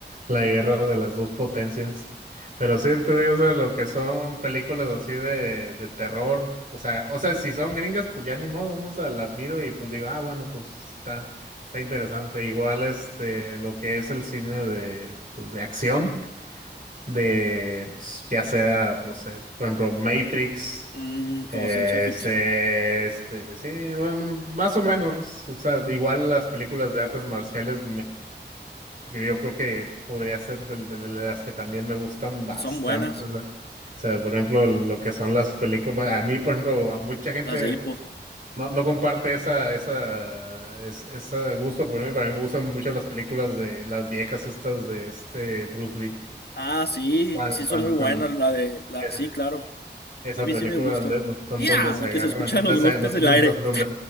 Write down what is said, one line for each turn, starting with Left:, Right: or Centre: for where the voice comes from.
Right: la guerra de las dos potencias. Pero sí te digo, o sea, lo que son películas así de, de terror, o sea, o sea, si son gringas, pues ya ni modo, ¿no? O sea, las miro y pues digo, ah, bueno, pues está, está interesante. Igual este, lo que es el cine de, pues, de acción, de pues, ya sea, no sé, por ejemplo, Matrix,
Left: mm,
Right: eh,
Left: como ciencia ficción.
Right: este, este, sí, bueno, bueno, más o menos, o sea, igual las películas de artes marciales porque yo creo que podría ser del- de, de las que también me gustan bastante.
Left: Son buenas
Right: O sea, o sea, por ejemplo, lo que son las películas. bueno, A mí, por ejemplo, a mucha gente
Left: las de Hippo.
Right: no, no comparte esa, esa, es- ese gusto por mí. Para mí me gustan mucho las películas de las viejas estas de este Bruce Lee.
Left: Ah, sí,
Right: Cuando,
Left: sí
Right: cuando,
Left: son muy buenas
Right: cuando-
Left: la de la
Right: eh,
Left: sí, claro.
Right: esa
Left: A mí
Right: película
Left: sí me gustan.
Right: donde, don-
Left: Ya,
Right: donde se
Left: y
Right: agarran,
Left: que se escuchan
Right: donde
Left: los
Right: se,
Left: golpes
Right: donde,
Left: del aire.
Right: donde,